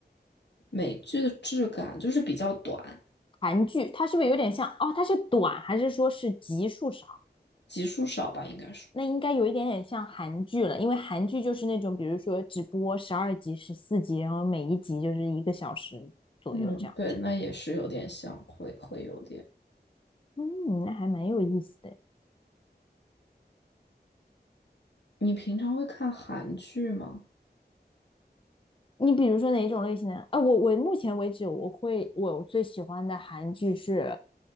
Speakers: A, on the left; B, on the left.
A: 美剧的质感，就是比较短，
B: 韩剧它是不是有点像？哦，它是短还是说是集数少？
A: 集数少吧，应该是。
B: 那应该有一点点像韩剧了，因为韩剧就是那种，比如说只播十二集、十四集，然后每一集就是一个小时左右这样。
A: 嗯，对，那也是有点像，会会有点。
B: 嗯，那还蛮有意思的。
A: 你平常会看韩剧吗？
B: 你比如说哪种类型的？啊，我我目前为止我会我最喜欢的韩剧是